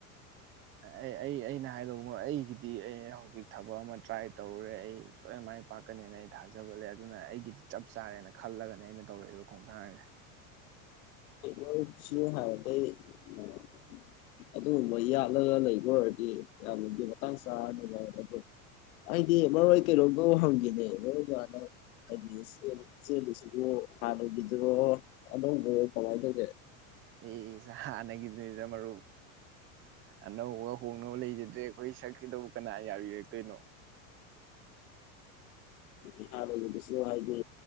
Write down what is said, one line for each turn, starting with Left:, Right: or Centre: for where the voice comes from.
Right: ꯑꯩ ꯑꯩ ꯑꯩꯅ ꯍꯥꯏꯗꯧꯕꯨ ꯑꯩꯒꯤꯗꯤ ꯑꯩ ꯍꯧꯖꯤꯛ ꯊꯕꯛ ꯑꯃ ꯇ꯭ꯔꯥꯏ ꯇꯧꯔꯦ ꯑꯩ ꯁꯣꯏꯅ ꯃꯥꯏ ꯄꯥꯛꯀꯅꯦꯅ ꯑꯩ ꯊꯥꯖꯕ ꯂꯩ ꯑꯗꯨꯅ ꯑꯩꯒꯤꯗꯤ ꯆꯞ ꯆꯥꯔꯦꯅ ꯈꯜꯂꯒꯅꯦ ꯑꯩꯅ ꯇꯧꯔꯛꯏꯕ ꯈꯣꯡꯊꯥꯡꯁꯦ
Left: ꯃꯔꯨꯞꯁꯨ ꯍꯥꯟꯅꯗꯒꯤ ꯑꯥ ꯑꯗꯨꯒꯨꯝꯕ ꯌꯥꯠꯂꯒ ꯂꯩꯕ ꯑꯣꯏꯔꯗꯤ ꯌꯥꯝꯅꯗꯤ ꯃꯇꯥꯡ ꯆꯥꯔꯅꯤ ꯑꯗꯣ ꯑꯩꯗꯤ ꯃꯔꯨꯞ ꯑꯩ ꯀꯩꯅꯣꯝꯕꯨ ꯍꯪꯒꯦꯅꯦ ꯃꯔꯨꯞꯅ ꯍꯟꯇꯛ ꯍꯥꯏꯗꯤ ꯆꯦꯜꯂꯤꯁꯤꯕꯨ ꯍꯥꯟꯅꯒꯤꯗꯨꯔꯣ ꯑꯅꯧꯕꯔꯣ ꯀꯃꯥꯏ ꯇꯧꯒꯦ
Right: ꯏꯁ ꯍꯥꯟꯅꯒꯤꯗꯨꯅꯤꯗ ꯃꯔꯨꯞ ꯑꯅꯧꯕꯒ ꯍꯣꯡꯅꯕ ꯂꯩꯖꯗ꯭ꯔꯦ ꯑꯩꯈꯣꯏ ꯁꯛꯁꯤꯗꯕꯨ ꯀꯅꯥ ꯌꯥꯕꯤꯔꯛꯇꯣꯏꯅꯣ
Left: ꯏꯁ ꯍꯥꯟꯅꯒꯤ ꯍꯥꯌꯔꯗꯤ